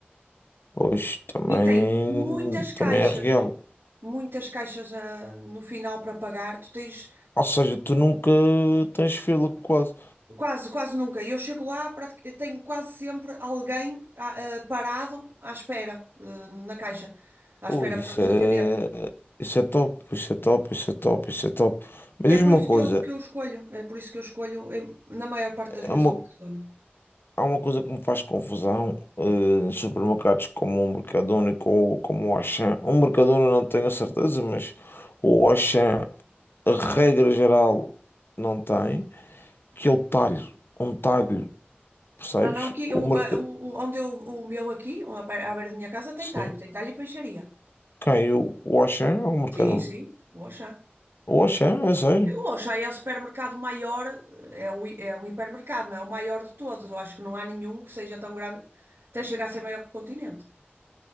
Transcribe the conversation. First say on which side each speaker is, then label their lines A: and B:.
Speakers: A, on the left (about 65°); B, on the right (about 75°).
A: pois também,
B: E tem muitas caixas,
A: também é real.
B: muitas caixas ah, no final para pagar. Tu tens
A: Ou seja, tu nunca tens fila quase.
B: quase, quase nunca. Eu chego lá, pratic- eu tenho quase sempre alguém ah, ah, parado à espera, ah, na caixa, à espera
A: Ui,
B: para
A: isso
B: nos
A: é,
B: atender.
A: isso é top, isso é top, isso é top, isso é top. Mas
B: E
A: diz
B: é por
A: uma
B: isso
A: coisa,
B: que eu, que eu escolho, é por isso que eu escolho, em- na maior parte das
A: é
B: vezes,
A: uma,
B: o Mercadona.
A: há uma coisa que me faz confusão, eh,
B: Sim.
A: em supermercados como o Mercadona e como, como o Auchan. O Mercadona não tenho a certeza, mas o Auchan, a regra geral, não tem, que é o talho, um talho, percebes?
B: Não, não, aqui, o,
A: O mercado,
B: ah, o- o- onde eu, o meu aqui, à pe- à beira da minha casa,
A: sim.
B: tem talho, tem talho e peixaria.
A: Quem? O, o Auchan ou o Mercadona?
B: Sim, sim, vou achar.
A: O Auchan, é sério.
B: Eu acho aí é o supermercado maior, é, o, hi- é um hipermercado, não é? O maior de todos. Eu acho que não há nenhum que seja tão grande, até chegar a ser maior que o continente.